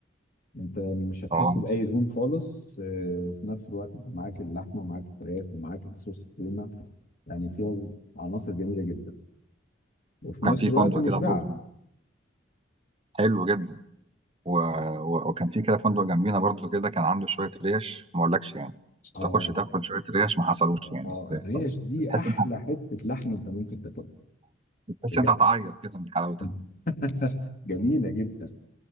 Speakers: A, on the left; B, on the right.
A: انت مش هتحس
B: آه،
A: باي دهون خالص آه، وفي نفس الوقت انت معاك اللحمه ومعاك الفراخ ومعاك الصوص الكريمه يعني فيها عناصر جميله جدا وفي
B: كان
A: نفس
B: في
A: الوقت
B: فندق
A: مشبعه
B: كده برضو حلو جدا و... و... وكان في كده فندق جنبينا برضو كده كان عنده شويه ريش ما اقولكش يعني
A: اه
B: تخش تاكل شويه ريش ما حصلوش يعني
A: اه
B: بتحس
A: الريش دي احلى
B: انت
A: حته لحم انت ممكن تاكلها
B: بتحس
A: بجد
B: انت هتعيط كده من حلاوتها
A: <laughs> جميله جدا